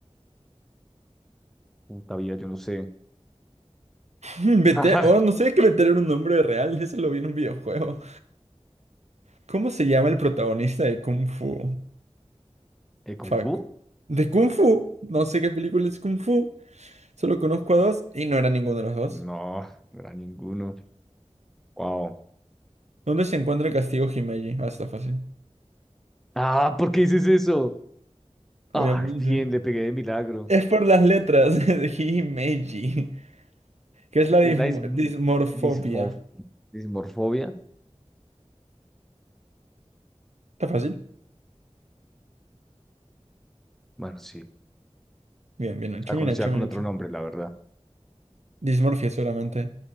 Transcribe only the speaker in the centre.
Puta vida, yo no sé.
<laughs> Ajá.
¿Eh, Kung
Fu?
No, <laughs> no era ninguno. Wow.
Ah, ¿por qué dices eso?
Ah, bien, le pegué de milagro.
¿Qué
es la dism-
dismo- dismorfobia?
Bueno, sí.
La conocía
con
otro
nombre, la verdad.